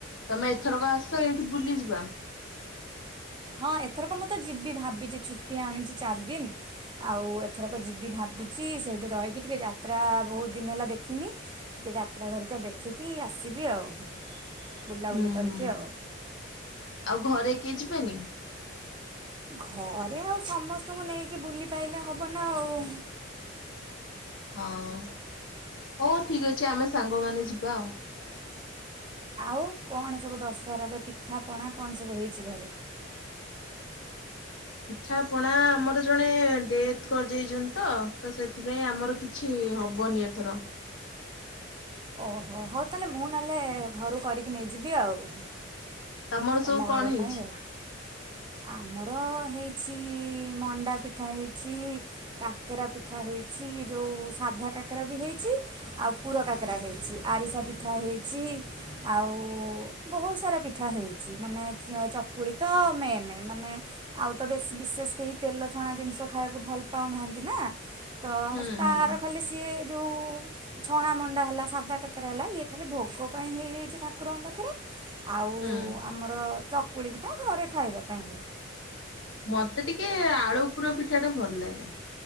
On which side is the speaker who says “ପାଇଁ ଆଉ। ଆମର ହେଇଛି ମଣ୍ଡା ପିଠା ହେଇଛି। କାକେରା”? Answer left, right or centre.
Right